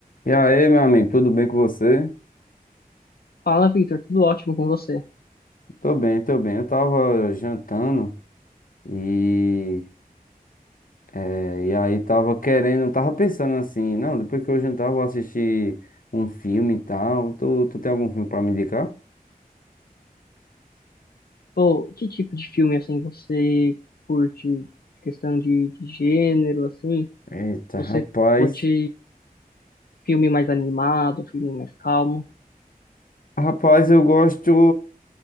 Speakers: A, on the left; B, on the left.
A: E aí, meu amigo, tudo bem com você?
B: Fala, Victor, tudo ótimo com você?
A: Tô bem, tô bem. Eu tava jantando e, eh, e aí tava querendo, tava pensando assim, não, depois que eu jantar eu vou assistir um filme e tal. Tu, tu tem algum filme pra me indicar?
B: Pô, que tipo de filme, assim, você curte? Questão de, de gênero, assim?
A: Eita,
B: Você
A: rapaz.
B: curte filme mais animado, filme mais calmo?
A: Rapaz, eu gosto.